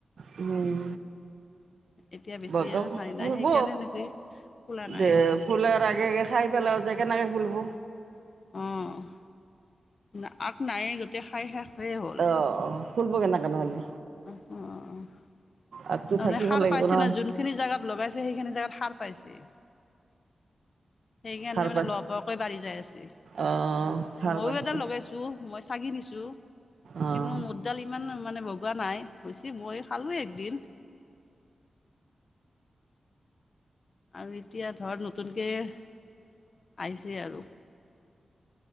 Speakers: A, on the right (about 80°); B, on the left (about 50°).
A: উম
B: এতিয়া বেছি
A: ব
B: আৰু ঠাই
A: ফুলব
B: নাই সেইকাৰণে নেকি খোলা নাই
A: এ ফুলাৰ আগে আগে খাই পেলাও যে কেনেকে ফুলব
B: উম আগ নায়ে গোটেই খাই শেষে হ'ল
A: অঁ ফুলব কেনেকনেহ'লে
B: অঁ তাৰমানে
A: আগটো থাকিব
B: সাৰ
A: লাগিব
B: পাইছিলে
A: ন
B: যোনখিনি জাগাত লগাইছে সেইখিনি জেগাত সাৰ পাইছে সেইকাৰণে
A: সাৰ
B: মানে
A: পাইছে
B: লহপহকৈ বাঢ়ি যাই আছে
A: আহ হাল
B: মইও
A: বাইছি
B: এটা লগাইছো মই দিছোঁ
A: আহ
B: কিন্তু মোদডাল ইমান মানে বগোৱা নাই হৈছে মই খালোঁৱে একদিন আৰু এতিয়া ধৰ নতুনকৈ আহিছেই আৰু